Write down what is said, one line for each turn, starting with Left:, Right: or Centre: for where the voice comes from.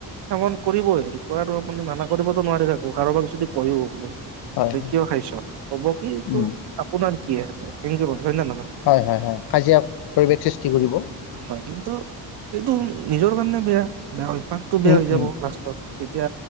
Right: সেৱন কৰিবই সেইটো আৰু আপুনি মানা কৰিবতো নোৱাৰি থাকো কাৰোবাক যদি কৈয়ো
Left: হয়
Right: ত কিয় খাইছ ক'ব কি ত
Left: উম
Right: আপোনাৰ কি আছে হয় নে নহয়
Left: হয় হয় হয় কাজিয়া পৰিৱেশ সৃষ্টি কৰিব।
Right: হয় কিন্তু এইটো নিজৰ কাৰণে বেয়া বেয়া পাকটো বেয়া
Left: উম
Right: হৈ যাব
Left: উম
Right: লাষ্টত। তেতিয়া